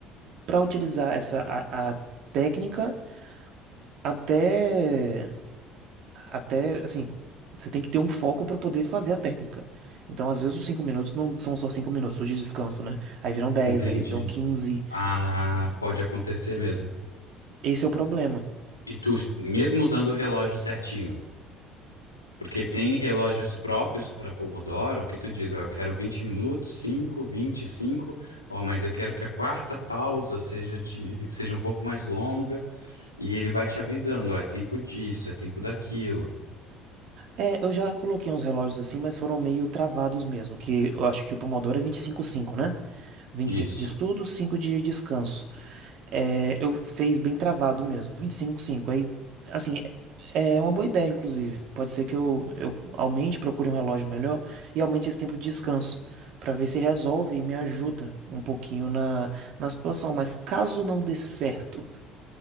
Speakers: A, on the right; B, on the left.
A: para utilizar essa a, a técnica, até, até, assim, você tem que ter um foco para poder fazer a técnica. Então, às vezes, os cinco minutos não são só cinco minutos, os de descanso, né? Aí viram dez,
B: Entendi.
A: aí viram 15.
B: Ah, pode acontecer mesmo.
A: Esse é o problema.
B: E tu, mesmo usando o relógio certinho, porque tem relógios próprios para Pomodoro que tu diz, ó, eu quero 20 minutos, 5, cinco ó, mas eu quero que a quarta pausa seja de, seja um pouco mais longa e ele vai te avisando, ó, é tempo disso, é tempo daquilo.
A: É, eu já coloquei uns relógios assim, mas foram meio travados mesmo, que eu acho que o Pomodoro é vinte e cinco cinco, né? Vinte
B: Isso.
A: e cinco de estudo, 5 de descanso. É, eu fiz bem travado mesmo, vinte e cinco cinco. Aí, assim, é uma boa ideia, inclusive. Pode ser que eu, eu aumente, procure um relógio melhor e aumente esse tempo de descanso, pra ver se resolve e me ajuda um pouquinho na, na situação. Mas caso não dê certo,